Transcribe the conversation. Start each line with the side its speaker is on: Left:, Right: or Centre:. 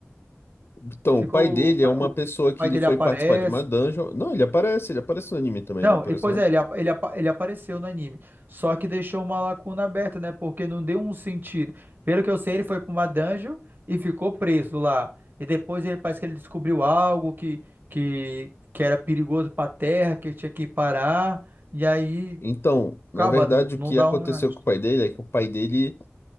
Left: Então,
Right: Ficou
Left: o pai dele
Right: o, pa-
Left: é uma
Right: o
Left: pessoa que
Right: pai
Left: ele
Right: dele
Left: foi
Right: aparece.
Left: participar de uma dungeon. Não, ele aparece, ele aparece no anime também,
Right: Não,
Left: não aparece
Right: e pois
Left: não?
Right: é, ele, apa- ele, apa- ele apareceu no anime. Só que deixou uma lacuna aberta, né? Porque não deu um sentido. Pelo que eu sei, ele foi pra uma dungeon e ficou preso lá. E depois ele parece que ele descobriu algo que, que, que era perigoso pra terra, que tinha que parar. E aí,
Left: Então, na
Right: acaba,
Left: verdade,
Right: não,
Left: o
Right: não
Left: que
Right: dá
Left: aconteceu
Right: uma.
Left: com o pai dele é que o pai dele